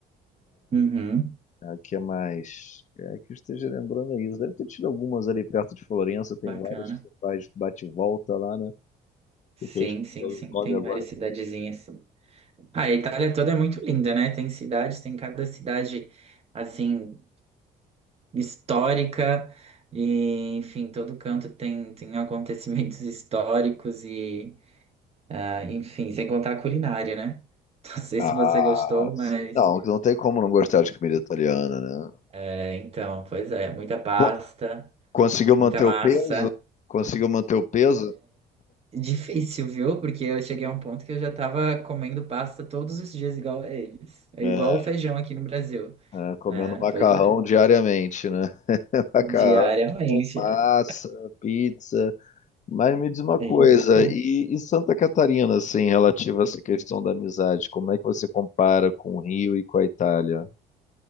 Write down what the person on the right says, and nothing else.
Uhum,
bacana.
Sim,
sim, sim.
Tem
várias cidadezinhas. Ah, a Itália toda é muito linda, né? Tem cidades, tem cada cidade, assim, histórica, e, enfim, todo canto tem, tem acontecimentos <laughs> históricos e, ah, enfim, sem contar a culinária, né? <laughs> Não sei
se você gostou, mas,
é, então, pois é, muita pasta,
muita massa.
Difícil, viu? Porque eu cheguei a um ponto que eu já tava comendo pasta todos os dias igual a eles. É
igual o feijão aqui no Brasil.
É,
pois é.
Diariamente.
é.
É,
Então,